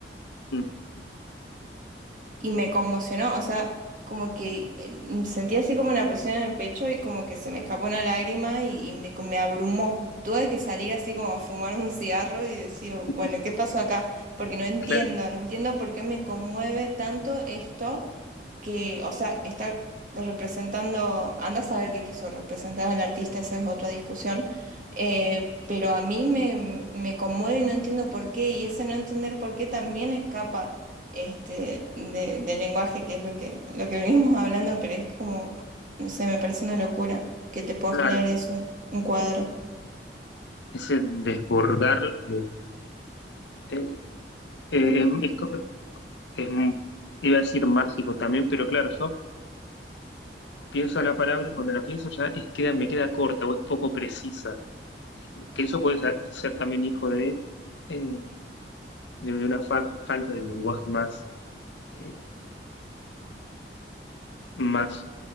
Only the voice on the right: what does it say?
y me conmocionó, o sea, como que eh, sentí así como una presión en el pecho y como que se me escapó una lágrima y, y me, me abrumó. Tuve que salir así como a fumar un cigarro y decir, "Oh, bueno,
¿qué pasó acá? Porque no entiendo,
no entiendo por qué me conmueve tanto esto que, o sea, está representando, anda a saber qué quiso representar al artista, esa es otra discusión, eh, pero a mí me, me conmueve y no entiendo por qué, y ese no entender por qué también escapa este, de- del lenguaje, que es lo que, lo que <laughs> venimos hablando, pero es como, no sé, me parece una locura que te pueda
generar eso, un cuadro.